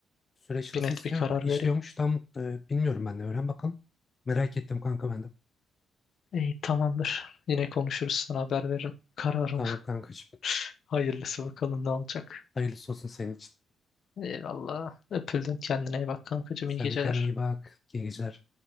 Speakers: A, on the left; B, on the left.
A: Süreç nasıl
B: Bir net
A: istiyor,
B: bir karar
A: işliyormuş
B: vereyim.
A: tam e, bilmiyorum ben de. Öğren bakalım. Merak ettim kanka ben de.
B: İyi, tamamdır. Yine konuşuruz. Sana haber veririm. Kararımı.
A: Tamam kankacığım.
B: <laughs> Hayırlısı bakalım ne olacak.
A: Hayırlısı olsun senin için.
B: Eyvallah. Öpüldün. Kendine iyi bak kankacığım. İyi
A: Sen
B: geceler.
A: de kendine iyi bak. İyi geceler.